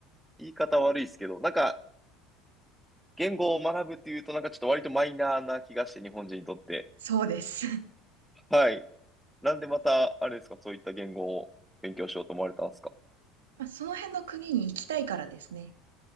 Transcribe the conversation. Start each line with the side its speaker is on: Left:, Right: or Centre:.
Centre: 言い方悪いですけど、なんか、言語を学ぶっていうと、なんかちょっと割とマイナーな気がして、日本人にとって。
Right: そうです。
Centre: はい。なんでまた、あれですか、そういった言語を勉強しようと思われたんですか
Right: まあ、その辺の国に行きたいからですね。